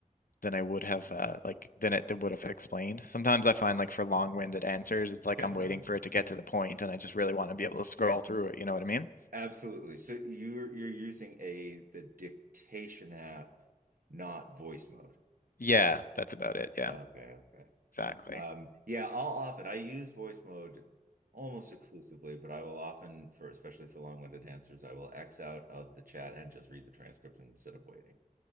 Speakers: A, on the left (about 85°); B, on the right (about 85°).
A: than I would have uh, like than it would have explained. Sometimes I find like for long-winded answers, it's like
B: Definitely.
A: I'm waiting for it to get to the point, and I just really want to be able to scroll through it. You know what I mean?
B: Absolutely. So you're you're using a the dictation app, not voice mode.
A: Yeah, that's about it. Yeah,
B: Okay, okay.
A: exactly.
B: Um, yeah, I'll often I use voice mode almost exclusively, but I will often for especially for long-winded answers, I will X out of the chat and just read the transcript instead of waiting.